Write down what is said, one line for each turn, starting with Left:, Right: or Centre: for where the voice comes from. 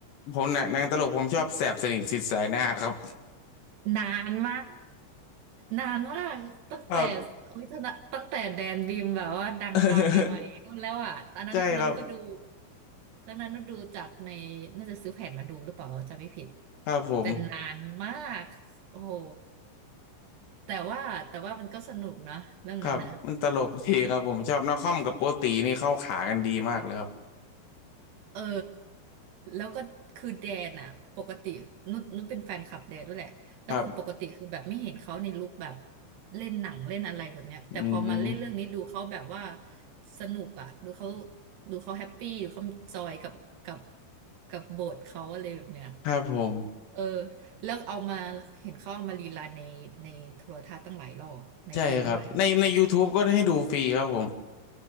Left: ผมหนังหนังตลกผมชอบแสบสนิทสิทธิ์สายหน้าครับ
Right: นานมากนานมากตั้งแต่โอ้ยตั้งแต่ตั้งแต่แดนบีมแบบว่าดังดังใหม่ๆนู่นแล้วอะตอนนั้นเรื่องนั้นก็ดู
Left: <laughs> ครับ <laughs> ใช่ครับ
Right: เรื่องนั้นก็ดูจากในน่าจะซื้อแผ่นมาดูหรือเปล่าจำไม่ผิด
Left: ครับผม
Right: แต่นานมากโอ้โหแต่ว่าแต่ว่ามันก็สนุกนะเรื่องนั้นนะ
Left: ครับมันตลกดีครับผมชอบนักคอมกับโกตีนี่เข้าขากันดีมากเลยครับ
Right: เออแล้วก็คือแดนอ่ะปกตินุชนุชเป็นแฟนคลับแดนด้วยแหละแล้วคือปกติคือแบบไม่เห็นเขาในลุคแบบ
Left: ครับ
Right: เล่นหนังเล่นอะไรแบบเนี้ยแต่พอมาเล่นเรื่องนี้ดูเขาแบบว่า
Left: อืม
Right: สนุกอ่ะดูเขาดูเขาแฮปปี้ดูเขาจอยกับกับกับบทเขาอะไรแบบเนี้ย
Left: ครับผม
Right: เออแล้วเอามาเห็นเขาเอามารีรันในในโทรทัศน์ตั้งหลายรอบในทีวีตั้งหลายรอบ
Left: ใช่ครับในใน YouTube ก็ได้ให้ดูฟรีครับผม